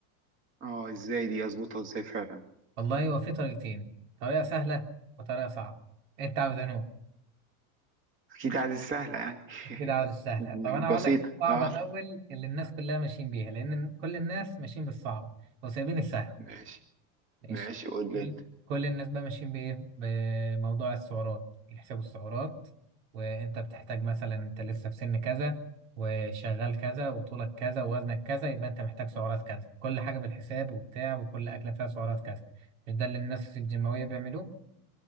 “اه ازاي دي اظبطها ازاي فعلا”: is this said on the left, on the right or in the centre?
Right